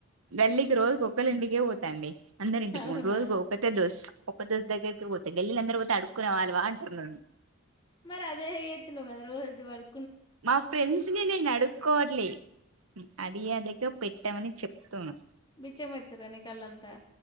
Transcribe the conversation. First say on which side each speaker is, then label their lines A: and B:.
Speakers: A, on the right (about 85°); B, on the left (about 20°).
A: గల్లీకి రోజు ఒకక్కలి ఇంంటికే పోతాండి అందరి ఇంటికి
B: అవునా
A: రోజు ఒకక్కే దోస్త్ ఒక దోస్త్ దగ్గరికి పోతే గిల్ అందర తడుకునే వాాల వాంటంది
B: మరి అదే ఎత్ నువ్ అది బడు
A: మా ఫ్రెండ్స్ ని నేన్ అడుగు కోట్లీ అడిే అద పె పెట్టమని చెప్తున్నాం
B: బిచ్చం ఎత్తురా నీ కళ్ళంతా